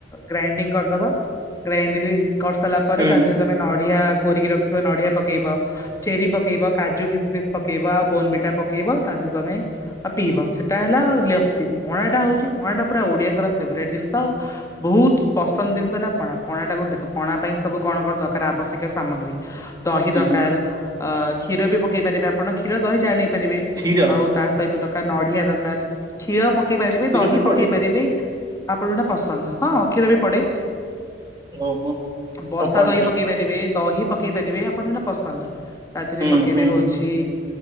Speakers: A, on the left; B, on the right.
A: ଗ୍ରାଇଣ୍ଡିଙ୍ଗ କରିଦବା ଗ୍ରାଇଣ୍ଡରେ କରିସାରିଲା ପରେ
B: ହୁଁ
A: ତା ଦେହରେ ତମେ ନଡିଆ କୋରିକି ରଖିବ ନଡିଆ ପକେଇବ ଚେରି ପକେଇବ କାଜୁ ଖୀ କିସ୍ମିସ୍ ପକେଇବ ଆଉ ବୋନ ବିଟା ପକେଇବ ତା ଦେହରେ ତମେ। ଆଉ ପିଇବ ସେଇଟା ହେଲା ଲସି ପଣାଟା ହଉଛି ପଣାଟା ପୁରା ଓଡିଆଙ୍କର ଫେଭରାଇଟ୍ ଜିନିଷ ଆଉ। ବହୁତ ପସନ୍ଦ ଜିନିଷ ହେଲା ପଣା ପଣା ଟାକୁ ଦେଖ ପଣା ପାଇଁ ସବୁ କଣ କଣ ଦରକାର ଆବଶ୍ୟକୀୟ ସାମଗ୍ରୀ। ଦହି
B: ହୁଁ
A: ଦରକାର କ୍ଷୀର ବି ପକେଇ ପାରିବେ ଆପଣ କ୍ଷୀର ଦହି ଯାହାବି ନେଇପାରିବେ
B: କ୍ଷୀର
A: ଆଉ। ତା ସହିତ ଦରକାର ନଡିଆ ଦରକାର କ୍ଷୀର ପକେଇ ପାରିବେ
B: କ୍ଷୀର
A: ଦହି
B: ବି ପଡେ
A: ପକେଇ ପାରିବେ। ଆପଣ ଯୋଉଟା ପସନ୍ଦ ହଁ କ୍ଷୀର ବି ପଡେ।
B: ଓହୋ।
A: ବସା
B: ହଉ କହିଲ
A: ଦହି ପକେଇ ପାରିବେ ଦହି ପ ପକେଇ ପାରିବେ ଆପଣଯୋଉଟା ପସନ୍ଦ ତା
B: ଟିକେ
A: ଦେହରେ
B: ହୁଁ
A: ପକେଇବେ
B: ହୁଁ
A: ହଉ କି